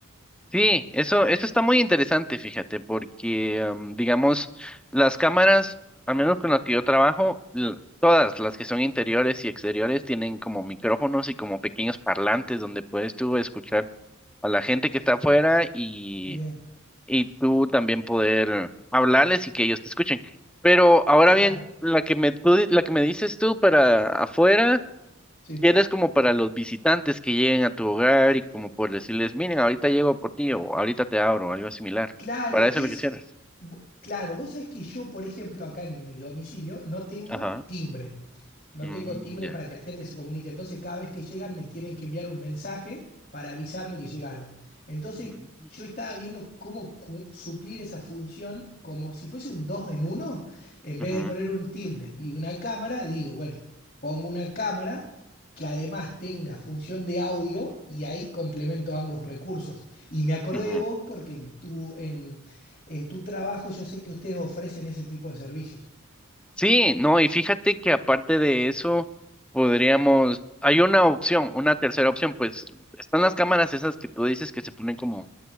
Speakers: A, in the centre; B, on the left.
A: Sí, eso, eso está muy interesante, fíjate, porque, am, digamos, las cámaras, al menos con las que yo trabajo, l- todas las que son interiores y exteriores tienen como micrófonos y como pequeños parlantes donde puedes tú escuchar a la gente que está afuera y,
B: Bien,
A: y tú también poder hablarles y que ellos te escuchen. Pero ahora
B: claro,
A: bien, la que me, tú di- la que me dices tú para afuera.
B: Sí.
A: Tienes como para los visitantes que lleguen a tu hogar y como por decirles, miren, ahorita llego por ti o ahorita te abro, o algo similar.
B: claro,
A: Para eso
B: es
A: es lo que quisieras.
B: vo- claro, vos sabés que yo, por ejemplo, acá en mi domicilio no tengo
A: Ajá.
B: timbre. No
A: Mm,
B: tengo timbre
A: ya.
B: para que la gente se comunique. Entonces, cada vez que llegan, me tienen que enviar un mensaje para avisarme que llegaron. Entonces,
A: Mm,
B: yo estaba viendo cómo cu- suplir esa función como si fuese un dos en uno. En vez
A: ujú,
B: de poner un timbre y una cámara, digo, bueno, pongo una cámara que además tenga función de audio y ahí complemento ambos recursos. Y me acordé
A: ujú.
B: de vos porque en tu, en, en tu trabajo yo sé que ustedes ofrecen ese tipo de servicios.
A: Sí, no, y fíjate que aparte de eso, podríamos, hay una opción, una tercera opción, pues están las cámaras esas que tú dices que se ponen como